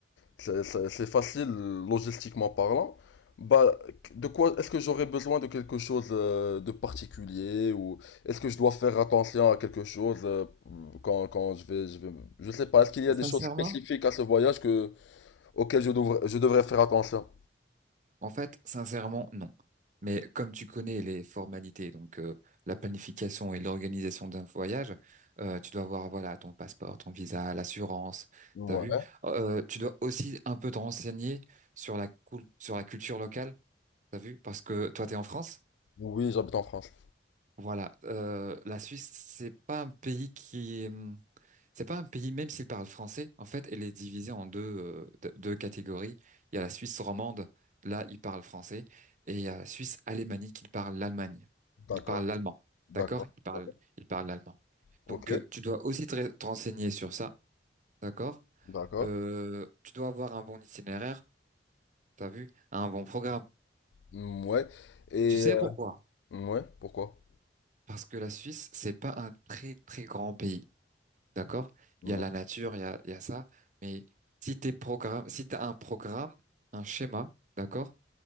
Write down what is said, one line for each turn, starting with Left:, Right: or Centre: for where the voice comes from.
Left: c'est c'est- c'est facile logistiquement parlant. Bah, de quoi est-ce que j'aurais besoin de quelque chose euh, de particulier ou est-ce que je dois faire attention à quelque chose euh, quand, quand je vais, je vais, je sais pas, est-ce qu'il y a des
Right: Sincèrement?
Left: choses spécifiques à ce voyage que, auxquelles je devrais, je devrais faire attention?
Right: En fait, sincèrement, non. Mais comme tu connais les formalités, donc euh, la planification et l'organisation d'un voyage, euh, tu dois avoir voilà ton passeport, ton visa, l'assurance,
Left: Ouais.
Right: t'as vu. Oh, Euh, tu dois aussi un peu te renseigner sur la cul- sur la culture locale, t'as vu, parce que toi t'es en France.
Left: Oui, j'habite en France.
Right: Voilà, euh, la Suisse c'est pas un pays qui c'est pas un pays, même s'il parle français, en fait, elle est divisée en deux, euh, de- deux catégories. Il y a la Suisse romande, là, il parle français, et il y a la Suisse alémanique, il parle l'Allemagne.
Left: D'accord,
Right: Il parle l'allemand,
Left: d'accord,
Right: d'accord? Il parle,
Left: d'accord.
Right: il parle l'allemand.
Left: Ok,
Right: Donc, euh, tu dois aussi te, re- te renseigner sur ça, d'accord?
Left: d'accord.
Right: Euh, tu dois avoir un bon itinéraire, t'as vu, un bon programme.
Left: Mm, Ouais. Et
Right: Tu sais
Left: euh,
Right: pourquoi?
Left: ouais, pourquoi?
Right: Parce que la Suisse, c'est pas un très, très grand pays. D'accord?
Left: Ouais,
Right: Il y a la nature, il y a, il y a ça. Mais si t'es programme, si t'as un programme, un schéma, d'accord?